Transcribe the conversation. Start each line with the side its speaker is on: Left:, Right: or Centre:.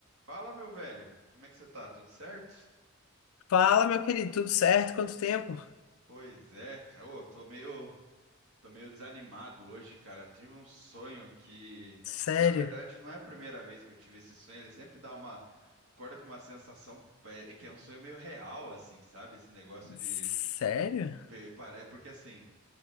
Right: Fala, meu velho. Como é que você tá? Tudo certo?
Left: Fala, meu querido, tudo certo? Quanto tempo?
Right: Pois é, cara. Ô, tô meio, tô meio desanimado hoje, cara. Tive um sonho que,
Left: Sério?
Right: na verdade, não é a primeira vez que eu tive esse sonho. Ele sempre dá uma, acorda com uma sensação, é, é que é um sonho meio real, assim, sabe? Esse negócio de,
Left: Sério?
Right: pe- pare- porque assim,